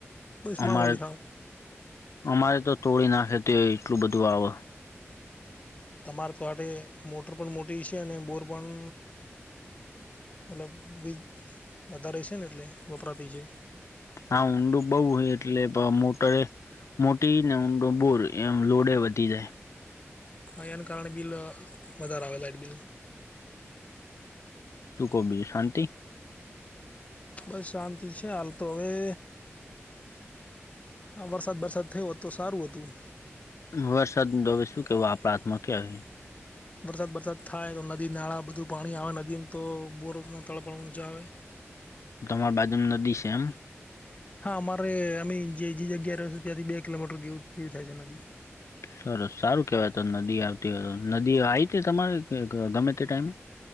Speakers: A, on the left (about 30°); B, on the left (about 85°).
A: બસ
B: અમારે
A: મામૂલી સાવ
B: અમારે તો તોડી નાખેતી હોય એટલું બધું આવે
A: તમારે તો આ મોટર પણ મોટી છે અને બોર પણ મતલબ વીજ વધારે છે ને એટલે વપરાતી છે
B: હા ઊંડું બહુ હોય એટલે ભ મોટરે મોટીને ઊંડો બોર એમ લોડે વધી જાય
A: હા એને કારણે બિલ વધારે આવે લાઇટ બિલ
B: તું કો બીજું હાંતિ
A: બસ શાંતિ છે હાલ તો હવે હા વરસાદ બરસાદ થયો હોત તો સારું હતું
B: વરસાદ નું તો હવે સુ કેવું આપડા હાથમા ક્યારે
A: વરસાદ બરસાદ થાય તો નદી નાળા બધું પાણી આવે નદીમાં તો બોર તળ પણ ઊંચા આવે
B: તમાર બાજુમાં નદી છે એમ
A: હા અમારે અમે જે જગ્યા રહ છે ત્યાંથી બે કિલોમીટર જેવી થાય છે નદી
B: સરસ સારું કહેવાય તો નદી આવતી હોય તો નદી આવી હતી તમારે કે ગમે તે ટાઈમે